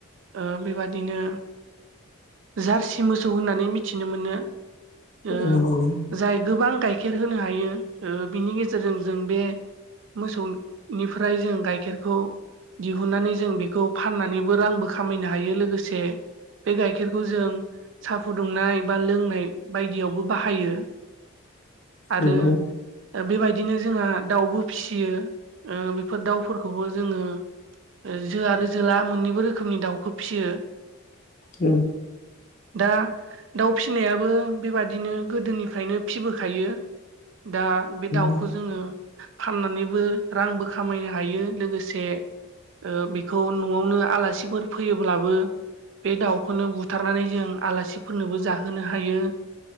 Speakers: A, on the right; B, on the left.
A: ओ बेबादिनो जार्सि मोसौ होननानै मिथिनो मोनो। ओ
B: औ नंगौ
A: जाय गोबां गाय खेर होनो हायो ओ बिनि गेजेरजों जों बे मोसौनिफ्राय जों गाइखेरखौ दिहुननानै जों बेखौ फाननानै बो रांबो खामायनो हायो लोगोसे बे गाइखेरखौ जों साहा फुदुंनाय बा लोंनाय बायदियावबो बाहायो‌। आरो
B: नंगौ
A: बेबायदिनो जोंहा दाउबो फिसियो ओ बेफोर दाउफोरखौबो जोङो जो आरो जोला मोननैबो रोखोमनि दाउखौ फिसियो।
B: नंगौ
A: दा दाउ फिसिनायाबो बेबादिनो गोदोनिफ्रायनो फिबोखायो। दा बे दाउखौ
B: नंगौ
A: जोङो फाननानैबो रांबो खामायनो हायो लोगोसे ओ बेखौ न'आवनो आलासिफोर फैयोब्लाबो बे दाउखौनो बुथारनानै जों आलासिफोरनोबो जाहोनो हायो।